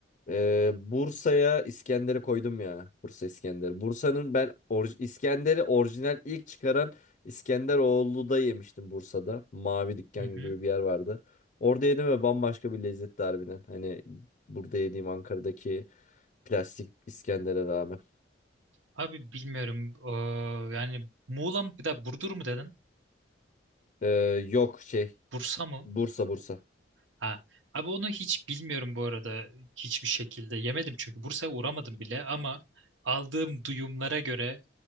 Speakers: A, on the left; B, on the right.
A: Ee, Bursa'ya İskender'i koydum ya. Bursa İskender. Bursa'nın ben orji- İskender'i orijinal ilk çıkaran İskenderoğlu'da yemiştim Bursa'da. Mavi dükkan
B: Hı
A: gibi
B: hı.
A: bir yer vardı. Orada yedim ve bambaşka bir lezzetti harbiden. Hani burada yediğim Ankara'daki plastik İskender'e rağmen.
B: Abi bilmiyorum. Ee, yani Muğla mı bir de Burdur mu dedin?
A: Ee, yok şey
B: Bursa mı?
A: Bursa Bursa.
B: Ha. Abi onu hiç bilmiyorum bu arada hiçbir şekilde. Yemedim çünkü Bursa'ya uğramadım bile ama aldığım duyumlara göre